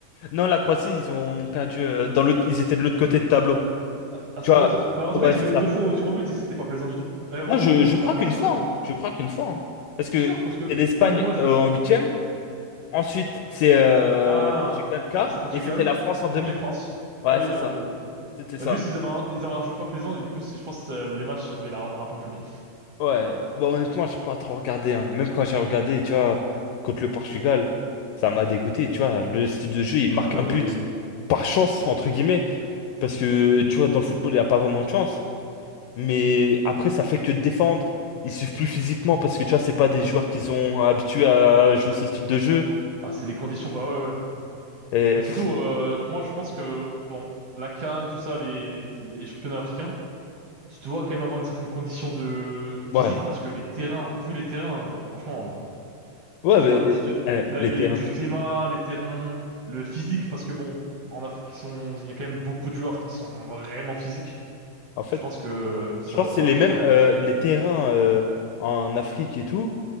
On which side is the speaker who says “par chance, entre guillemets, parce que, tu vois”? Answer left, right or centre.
Left